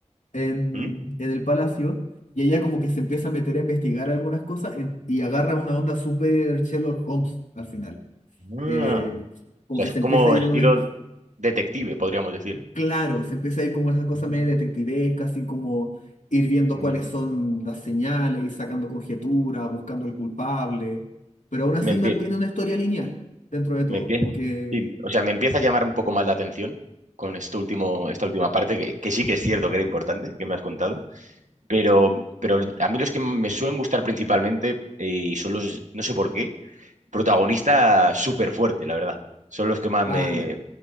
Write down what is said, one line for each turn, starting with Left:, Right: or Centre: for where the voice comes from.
Left: en,
Right: ¿Mm?
Left: en el palacio, y ella como que se empieza a meter a investigar algunas cosas en- y agarra una onda súper Sherlock Holmes al final.
Right: Ah,
Left: Eh, como
Right: O sea,
Left: que
Right: es
Left: se
Right: como
Left: empieza a ir
Right: estilo
Left: en un
Right: detective, podríamos decir.
Left: Claro, se empieza a ir como esa cosa
Right: mm,
Left: media detectivesca, así como ir viendo
Right: mm.
Left: cuáles son las señales, ir sacando conjeturas, buscando al culpable, pero aún así
Right: Me empie-
Left: mantiene una historia lineal dentro de todo,
Right: me empieza,
Left: como que...
Right: sí, o sea, me empieza a llamar un poco más la atención con esto último, esta última parte, que, que sí que es cierto que era importante, que me has contado, pero, pero a mí los que me suelen gustar principalmente eh, son los, no sé por qué, protagonista súper fuerte, la verdad. Son los que más
Left: Ah,
Right: me,
Left: ya.